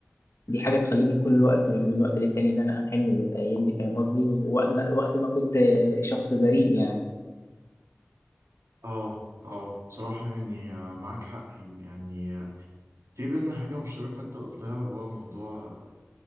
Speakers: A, on the left; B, on the right.
A: دي حاجه تخليني كل وقت من وقت للتاني ان انا احن للايام دي فاهم قصدي ووقت- وقت ما كنت شخص بريء يعني
B: اه اه بصراحة يعني آه، معاك حق يعني آه، في بينا حاجة مشتركة أنت قلتها وهو موضوع